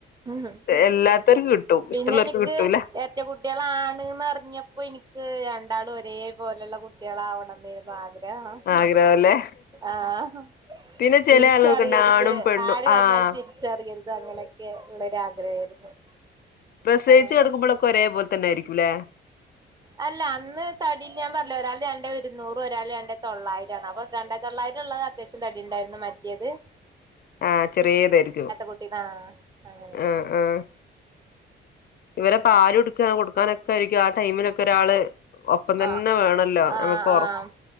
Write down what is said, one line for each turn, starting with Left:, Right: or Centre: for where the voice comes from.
Right: ആഹ്
Left: എല്ലാത്ത ലും കിട്ടും
Right: പിന്നെ
Left: ഇഷ്ടള്ളോർക്ക്
Right: എനിക്ക്
Left: കിട്ടൂല
Right: മറ്റേ കുട്ടികളാണ്ന്ന്റിഞ്ഞപ്പോൾ എനിക്ക് രണ്ടാളും ഒരേ പോലെയുള്ള കുട്ടികള ആവണെന്നാരുന്നു ആഗ്രഹം
Left: ആഗ്രഹല്ലേ
Right: ആഹ
Left: പിന്നെ ചെല
Right: തിരിച്ചറിയരുത്
Left: ആളുകൾക്ക്ണ്ട് ആണും പെണ്ണും
Right: ആര് കണ്ടാലും
Left: ആഹ്
Right: തിരിച്ചറിയരുത് അങ്ങനെയൊക്കെ ഉള്ളരു ആഗ്രഹായിരുന്നു
Left: പ്രസയിച്ചു
Right: ആഹ്
Left: കടക്കുമ്പോഴൊക്കെ ഒരേ പോലെ തന്നൊയിയിരിക്കുംല്ലേ
Right: അല്ല അന്ന് തടിയിൽ ഞാൻ പറഞ്ഞ ഒരാൾ രണ്ട ഒരുന്നൂറും ഒരാൾ രണ്ട തൊള്ളായിരം ആണ് അപ്പൊ രണ്ടായി തൊള്ളായിരം ഉള്ള അത്യാവശം തടി ഉണ്ടായിരുന്നു മാറ്റേത്
Left: ആഹ ചെറിയ ഇതായിരിക്കും
Right: കുട്ടി ആഹ് അങ്ങനെയായിരുന്നു
Left: ആഹ ആഹ ഇവരെ പാല കൊടുക്ക കൊടുക്കാനൊക്കെ ആയിരിക്കും ആ ടൈമിലൊക്കെ ഒരാള് ഒപ്പം തന്നെ
Right: ആഹ്
Left: വേണല്ലോ
Right: ആഹ്
Left: നമക്ക്റ
Right: ആഹ്